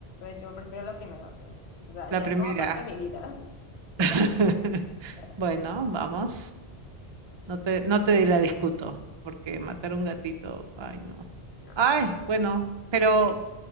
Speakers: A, on the left (about 80°); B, on the right (about 50°).
A: yo prefiero la primera. entonces, ya,
B: la
A: ya
B: primera.
A: es como parte de mi vida. <laughs>
B: <laughs>
A: Sí.
B: Bueno, vamos. No te, no te la discuto, porque matar a un gatito, ay, no.
A: No.
B: Ay, bueno, pero